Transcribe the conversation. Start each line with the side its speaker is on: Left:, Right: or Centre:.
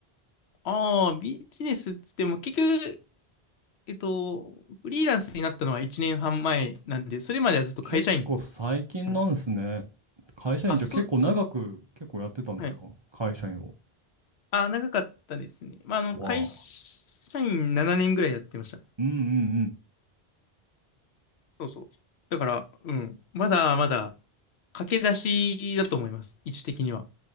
Left: ああ、ビジネスっつっても、結局、えっと、フリーランスになったのは1年半前なんで、それまではずっと会社員
Right: 結構最近なんですね。
Left: してまし
Right: 会社員じゃ結構長く結構やってたんですか会社員を。
Left: た。あ、そう、そうです。はい。ああ、長かったですね。まあ、あの、
Right: わあ。
Left: 会社員7年ぐらいやってました。
Right: うんうんうん。
Left: そうそう。だから、うん。まだまだ、駆け出しだと思います。位置的には。